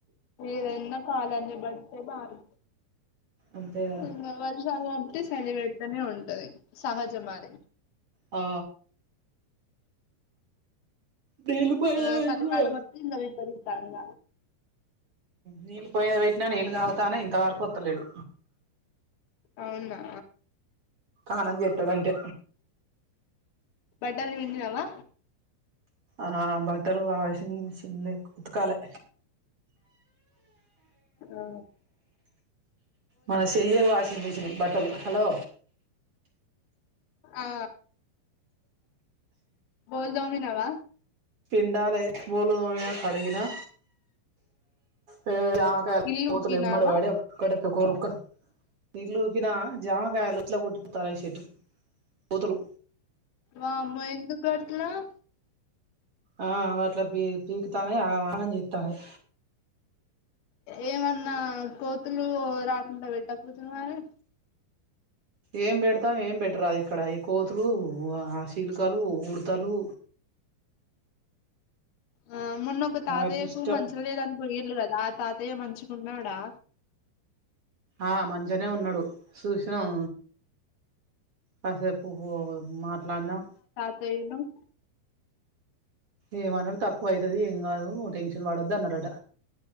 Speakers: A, on the left; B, on the right.
A: ఏదైనా కాలన్ని బట్టే బరు
B: అంతే కదా
A: ఇంక వర్షాలు పడితే చలిపేడుతూనే ఉంటది సహజం అది
B: ఆ నీళ్ళు పోయిన
A: ఆ
B: పెట్టిన
A: చలికాలము ఇంకా రిండ్ల పళ్ళ
B: నీళ్ళు పోయి పెట్టినా నీళ్ళు కాగతాన్నా ఇంతవరకు వత్తలేడు
A: అవునా
B: ఆనం చెత్తాడంటే
A: బట్టలు పిండినావా
B: ఆ బట్టలు వాషింగ్ మిషిన్ ఉతకాలే
A: ఆ
B: మన చెయ్యే వాషింగ్ మెషన్ బట్టలు హలో
A: ఆ <inaudible> బోల్దోమీనావా
B: పిండాలే బోకులు తోమిన కడిగిన <inaudible> మ్మ్ జామకాయలు
A: ఇల్లు
B: కోతులు
A: ఉకినావా
B: ఎమ్మట పడి ఒక్కొక్కటి కొరుక్క నీళ్లు ఊకిన జామకాయలు ఇట్లా కొట్టిపోతారు చెట్టు కోతులు
A: వామ్మో ఎందుకు కొడుతున్నావ్
B: ఆ అట్లా పీ పీకుతానే ఆగమాగం చెత్తాంది
A: ఏమన్నా కోతులు రాకుండా పెట్టకపోతే మరి
B: ఏం పెడతాం ఏం పెట్టరాదు ఇక్కడ ఈ కోతులు ఆ చిలుకలు ఉడుతలు
A: ఆ మొన్న ఒక తాతయ్యకు
B: వాటి ఇష్టం
A: మంచిగా లేదని పోయిండు కదా ఆ తాతయ్య మంచిగా ఉన్నాడా
B: ఆ మంచిగనే ఉన్నాడు చూసినాం కాసేపు గు మాట్లాడినాం
A: <unintelligible> టం
B: ఏమన్నారు తక్కువైతది ఏం కాదు టెన్షన్ పడద్దు అన్నారట